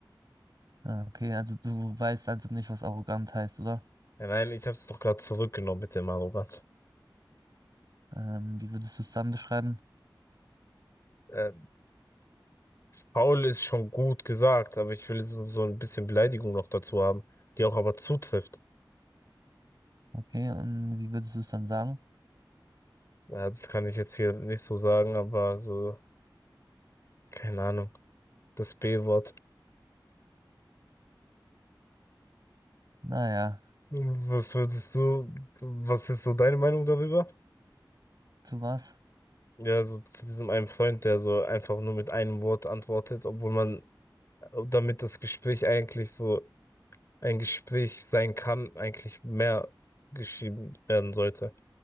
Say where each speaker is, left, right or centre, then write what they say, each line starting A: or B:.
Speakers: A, on the right; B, on the left.
A: Ah, okay, also du weißt also nicht, was arrogant heißt, oder?
B: Ja, nein, ich hab's doch gerade zurückgenommen mit dem arrogant.
A: Ähm, wie würdest du es dann beschreiben?
B: Äh, faul ist schon gut gesagt, aber ich will so, so ein bisschen Beleidigung noch dazu haben, die auch aber zutrifft.
A: Okay, und wie würdest du es dann sagen?
B: Ja, das kann ich jetzt hier nicht so sagen, aber so, keine Ahnung, das B-Wort.
A: Naja,
B: Was würdest du, was ist so deine Meinung darüber?
A: zu was?
B: Ja, so zu diesem einen Freund, der so einfach nur mit einem Wort antwortet, obwohl man, äh, damit das Gespräch eigentlich so ein Gespräch sein kann, eigentlich mehr geschrieben werden sollte.